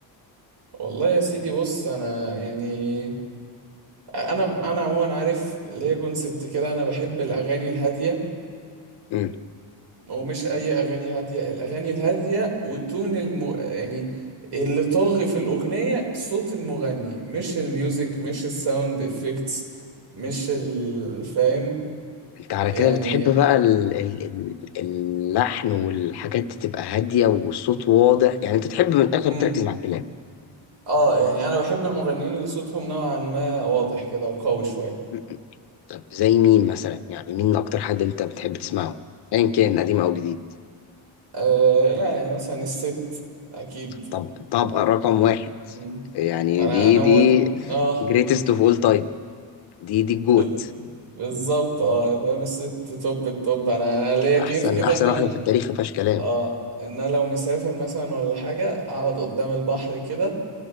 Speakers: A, on the right; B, on the left.
A: والله يا سيدي بص أنا يعني أنا أنا عموما عارف ليا كونسبت كده أنا بحب الأغاني الهادية
B: امم
A: ومش اي اغاني هاديه الاغاني الهاديه وتون الم... يعني اللي طاغي في الاغنيه صوت المغني مش الميوزك مش الساوند افكتس مش ال- فاهم
B: انت على
A: يعني
B: كده بتحب بقى ال- ال- ال- اللحن والحاجات دي تبقى هادية والصوت واضح يعني انت تحب من الاخر
A: مم.
B: تركز مع الكلام
A: اه يعني انا بحب المغنيين اللي صوتهم نوعا ما واضح كده وقوي شويه
B: م- طب زي مين مثلا يعني مين اكتر حد انت بتحب تسمعه ايا كان قديم او جديد
A: آه لا يعني مثلا الست اكيد
B: طب طبقة رقم واحد
A: مم.
B: يعني
A: انا
B: دي
A: انا
B: دي
A: موت... <laughs> اه
B: greatest of all time دي دي الجوت
A: ب... بالظبط اه فاهم الست توب التوب انا انا ليا
B: احسن
A: كيف كده
B: احسن
A: ان انا
B: واحدة في التاريخ ما فيهاش كلام
A: اه ان انا لو مسافر مثلا ولا حاجة اقعد قدام البحر كده